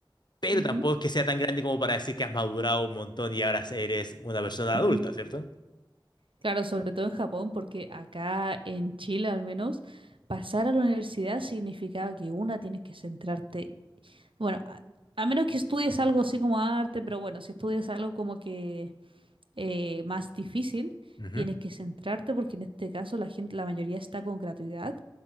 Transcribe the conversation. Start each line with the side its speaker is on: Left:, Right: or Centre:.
Left: pero
Right: ujú.
Left: tampoco es que sea tan grande como para decir que has madurado un montón y ahora eres una persona
Right: <laughs>
Left: adulta, ¿cierto?
Right: Claro, sobre todo en Japón, porque acá en Chile al menos, pasar a la universidad significaba que una tienes que centrarte, bueno, a, a menos que estudies algo así como arte, pero bueno, si estudias algo como que eh, más difícil,
Left: Ujú.
Right: tienes que centrarte porque en este caso la gente, la mayoría está con gratuidad